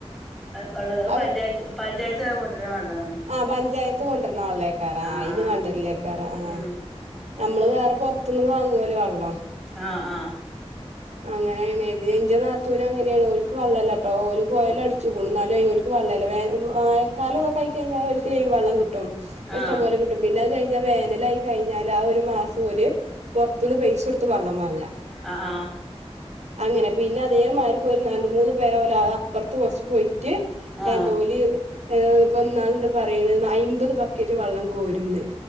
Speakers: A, in the centre; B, on the right.
A: വെള്ളം അത്
B: അപ
A: പഞ്ചായത്ത് പഞ്ചായത്ത് കൊണ്ടുവരുന്ന വെള്ളമാണ്
B: ആഹ് പഞ്ചായത്ത് കൊണ്ടര്ണ വെള്ളക്കെ കറ
A: ആഹ്
B: ആയിന്
A: ആഹ്
B: വേണ്ടില്ലേക്കാര ആഹ്
A: ഉം
B: നമ്മള് വേറെ പുറത്ത്ന്നും വാങ്ങുവലേ വെള്ളം
A: ആഹ് ആഹ്
B: അങ്ങനെയാണ്ത് എന്റെ നാത്തൂന് അങ്ങനെയാണ് ഓലക്ക് വള്ളല്ലാട്ടോ ഓര് കോയല അടിച്ചു എന്നാല് ഓൽക്ക് വെള്ളല്ല വെള്ളല്ല വോല ഇതൊെ ആയി കഴിഞ്ഞാൽ ഒരിക്കല കഴുമ്പ ഓൽക്ക് ലൈം വള്ളം കിട്ടും അത്
A: ആഹ്
B: ഇഷ്ടം പോലെ കിട്ടും പിന്നെ അത് കഴിഞ്ഞ വേനലായി കഴിഞ്ഞാല് ആഹ് ഒരു മാസം ഓല് പൊറത്തുന്ന് പൈസ കൊടുത്ത് വെള്ളം വാങ്ങ
A: അ ആഹ്
B: അങ്ങനെ പിന്നെ അതേ മരിക്ക് ഒല് രണ്ട് മൂന്ന് പേരെ പോ ഓല അപ്പുറത്ത് കുറച്ച് പോയിട്ട്
A: ആഹ് ആഹ്
B: എന്ത ഓല് ങ് ഇപ്പ ന്നാള് ന്താ പറയുന്ന് അയ്മ്പത് ബക്കറ്റ് വെള്ളം കോരുന്ന്